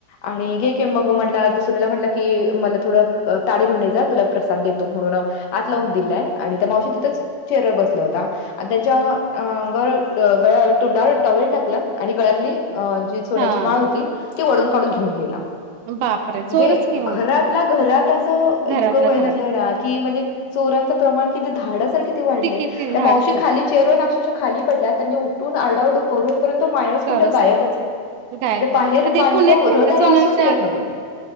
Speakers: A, on the left; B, on the right.
A: आणि घे की मग म्हणला तु सुमीला म्हणला कि मला थोडं ताट घेऊन ये जा, तुला प्रसाद देतो म्हणून आत लावून दिलाय. आणि त्या मावशी तिथंच चेअरवर बसला होता. आणि त्यांच्या, गळ्या, तोंडावर टॉवेल टाकलं आणि गळ्यातली अं.. जी सोन्याची
B: हा
A: माळ होती, ती ओढून काढून घेऊन गेला.
B: बापरे चोरच
A: म्हणजे
B: घेऊन
A: घरातला घरात असं
B: घरातल्या
A: इतकं व्हाय
B: घरात
A: लागलं ना की, म्हणजे चोरांचं प्रमाण किती धाडस तर किती वाढलंय.
B: किती
A: त्या
B: धाडस
A: मावशी
B: आहे
A: खाली चेअरवरनं अक्षरशः खाली पडल्या, त्यांनी उठून आरडाओरडा करून पर्यंत तो माणूस कुठं
B: चोरच
A: गायब
B: तर
A: म्हणजे
B: काय
A: बाहेर
B: तर आता हे
A: माणसं
B: पुण्यात
A: व
B: नाही
A: रहदारी
B: का सोनालच्या
A: असून त्याच्यातनं पण